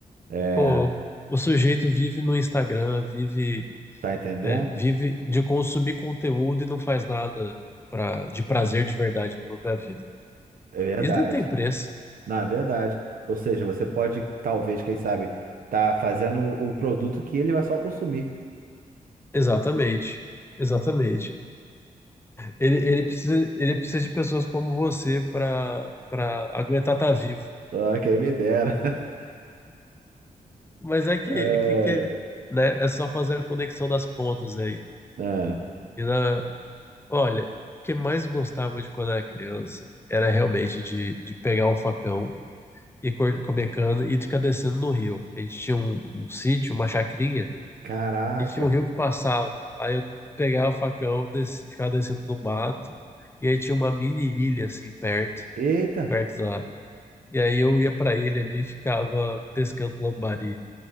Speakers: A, on the right; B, on the left.
A: É,
B: Pô, o sujeito vive no Instagram, vive
A: tá entendendo?
B: é, vive de consumir conteúdo e não faz nada pra, de prazer de verdade para a vida.
A: É verdade.
B: Isso não tem preço.
A: Não, é verdade. Ou seja, você pode, talvez, quem sabe, tá fazendo o produto que ele vai só consumir.
B: Exatamente. Exatamente. Ele, ele precisa, ele precisa de pessoas como você para para aguentar estar vivo.
A: Ah, quem me dera. <laughs>
B: Mas é que,
A: É,
B: é que, que, né, é só fazer a conexão das pontas aí.
A: ah,
B: E na, olha, o que mais gostava de quando era criança era realmente de, de pegar o facão e cor- comer cana e de ficar descendo no rio. A gente tinha um, um sítio, uma chacrinha,
A: caraca.
B: E tinha um rio que passava. Aí eu pegava o facão, desci, ficava descendo no mato. E aí tinha uma mini ilha, assim, perto,
A: Eita,
B: perto da. E aí eu ia pra ilha ali e ficava pescando lambari.